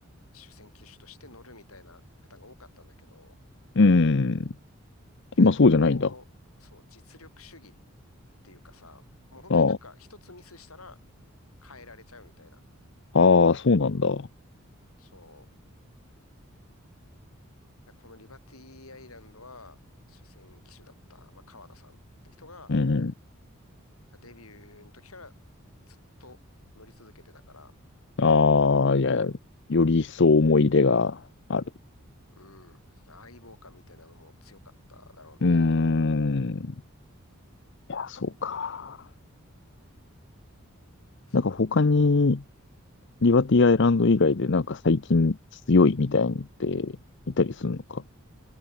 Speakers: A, on the left (about 90°); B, on the left (about 55°).
A: 主戦機種として乗るみたいな方が多かったんだけど、
B: うん。
A: 最近はこう、
B: 今そうじゃないんだ。あ
A: そう、実力主義っていうかさ、もう本当になんか一つミスしたら
B: あ。
A: 変えられちゃうみたいな。
B: ああ、そうなんだ。
A: そう。このリバティアイランドは主戦機種だった、まあ、川田さんって人が、
B: うん。うん
A: デビューの時からずっと乗り続けてたから、
B: ああ、いや、より一層思い入れがある。
A: うん、相棒感みたいなのも強かっただろうね。
B: うーん。いや、そうか。
A: そう。
B: なんか他に、リバティアイランド以外でなんか最近強いみたいなのっていたりするのか。